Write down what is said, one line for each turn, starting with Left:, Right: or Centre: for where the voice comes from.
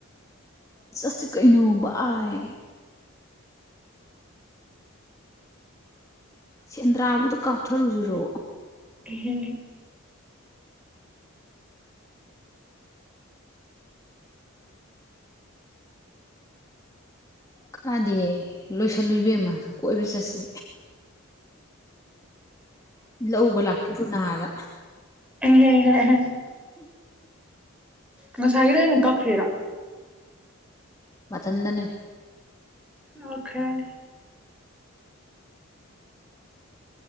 Left: ꯁ꯭ꯔꯤ ꯀꯅꯣ ꯕꯥꯏ ꯁꯦꯟꯗ꯭ꯔꯥꯕꯨꯗ ꯀꯥꯞꯊꯔꯨꯖꯨꯔꯣ
Centre: ꯀ ꯍ
Left: ꯀꯥꯗꯦ ꯂꯣꯏꯁꯜꯂꯣꯏꯕ ꯑꯃ ꯀꯣꯏꯕ ꯆꯠꯁꯤ
Centre: <unintelligible>
Left: ꯂ ꯎꯕ ꯂꯥꯛꯀꯦ ꯔꯨꯅꯥꯗ
Centre: ꯎꯝꯝ ꯉꯁꯥꯍꯤꯗ ꯅꯨꯀꯥ ꯈꯦꯔꯥ
Left: ꯃꯊꯟꯗꯅꯤ
Centre: ꯑꯣꯈꯣꯏ